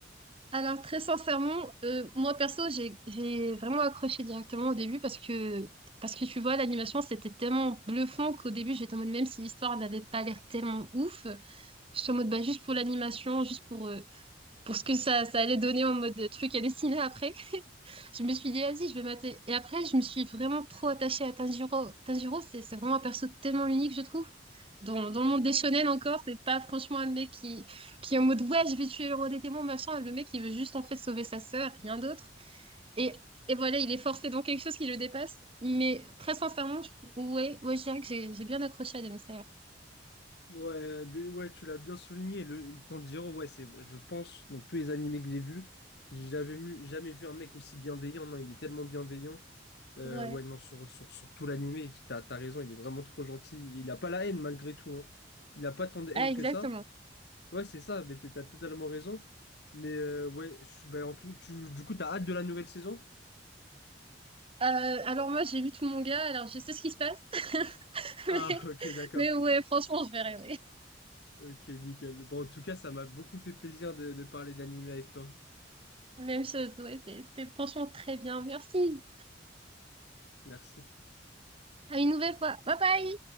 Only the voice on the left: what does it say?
Ouais, mais ouais, tu l'as bien souligné. Le, le Tanjiro, ouais, c'est, je pense, dans tous les animés que j'ai vus, j'avais vu jamais vu un mec aussi bienveillant. Non, il est tellement bienveillant. Euh,
ouais, non, sur, sur, sur tout l'animé, t'as, t'as raison, il est vraiment trop gentil. Il a pas la haine malgré tout, hein. Il a pas tant de haine
que ça. Ouais, c'est ça, mais t'as t'as totalement raison. Mais euh, ouais, je- ben, en plus, tu, du coup, t'as hâte de la nouvelle saison?
Ah, <laughs> ok, d'accord.
Ok, nickel. Bon, en tout cas, ça m'a beaucoup fait plaisir de, de parler d'animé avec toi.
Merci.